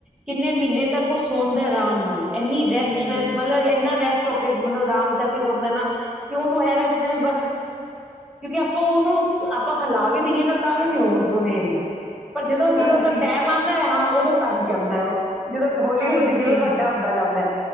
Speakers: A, in the centre; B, on the right (about 20°).
A: ਕਿੰਨੇ ਮੀਨੇ ਤੱਕ ਓ ਸੌਂਦੈ ਆਰਾਮ ਨਾਲ। ਏਨੀ ਰੈਸਟ
B: ਹਮ
A: ਰੈਸ ਮਤਲਬ ਐਨਾ ਰੈਸਟ <unintelligible> ਮਤਲਬ ਆਰਾਮ ਕਰਕੇ ਸੌਂਦਾ ਨਾ ਕੇ ਓਨੂੰ ਐਂ ਲੱਗਦਾ ਜਿਵੇਂ ਬਸ ਕਿਓਂਕਿ ਆਪਾਂ ਓਨੂੰ ਆਪਾਂ ਹਿਲਾ ਵੀ ਦਈਏ ਨਾ ਤਾਂ ਵੀ ਨੀ ਓਨੇ ਹਿਲਨਾ ਪਰ ਜਦੋਂ-ਜਦੋਂ
B: ਹਾਂਜੀ
A: ਓਦਾ ਟੈਮ ਆਂਦਾ ਹਾਂ ਓਦੋਂ ਤੰਗ ਕਰਦਾ ਐ ਓ ਜਦੋਂ ਹੋਲੀ-ਹੋਲੀ
B: ਹਾਂਜੀ
A: ਜਿਵੇਂ ਵੱਡਾ ਹੁੰਦਾ ਜਾਂਦਾ,